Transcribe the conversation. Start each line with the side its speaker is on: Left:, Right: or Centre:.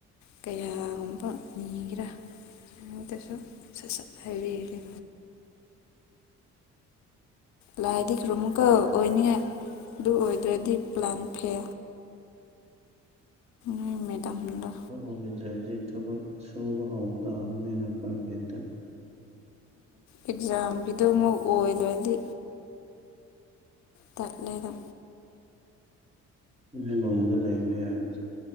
Left: ꯀꯌꯥꯒꯨꯝꯕ ꯅꯤꯒꯦꯔꯥꯗꯁꯨ ꯁꯠ ꯁꯠ ꯍꯥꯏꯕꯤꯦ ꯂꯥꯏꯗꯤ ꯈꯔꯨꯝꯃꯨꯀꯧ ꯑꯣꯏꯅꯤꯡꯉꯥꯏ ꯑꯗꯨ ꯑꯣꯏꯗ꯭ꯔꯗꯤ ꯄ꯭ꯂꯥꯟ ꯐꯦ ꯅ ꯃꯦꯗꯥꯝꯗ
Right: ꯑꯣꯏꯗ꯭ꯔꯗꯤꯩ ꯊꯕꯛ ꯁꯨꯕ ꯍꯧ ꯇꯥꯕꯅꯤꯅ ꯄ꯭ꯔꯥꯏꯚꯦꯠꯇ
Left: ꯑꯦꯛꯖꯥꯝꯒꯤꯗ ꯑꯣꯏꯣꯏꯔꯗꯤ ꯇꯠꯂꯗ
Right: ꯏꯂꯣꯡꯗ ꯂꯩꯕ ꯌꯥꯔꯣꯏ